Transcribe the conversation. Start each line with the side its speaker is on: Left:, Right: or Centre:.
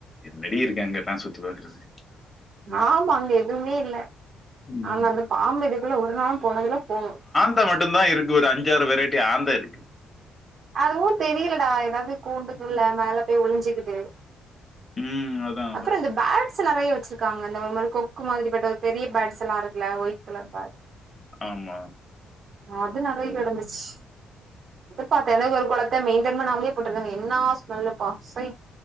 Left: என்னடி இருக்குங்க அங்க எல்லா சுத்தி பாக்கறது
Right: ஆமா அங்க எதுவுமே இல்ல
Left: ம்.
Right: ஆனா அந்த பாம்பு இதுக்குள்ள ஒரு நாளு போனதுல போ
Left: த்த மட்டு தா இருக்கு ஒரு அஞ்சாறு வெரைட்டி ஆந்த இருக்கு
Right: அதுவு தெரியலடா ஏதாவது கூண்டுக்குல
Left: ம்.
Right: மேல போய் ஒழிஞ்சுக்குது
Left: ம். அதான், அதான்.
Right: அப்புற இந்த பேட்ஸ் நறைய வச்சிருக்காங்க இந்த ஒரு மாரி கொக்கு மாரி பட்ட ஒரு பெரிய பேட்ஸ் எல்லா இருக்கல ஒயிட் கலர் பேர்ட்
Left: ஆமா
Right: அது நறைய கடந்துச்சு பாத்தன் எந்த ஒரு கொளத்த மெயின்டென் பண்ணாமலே போட்டிருக்காங்க என்னா ஸ்மெல்லு பா சை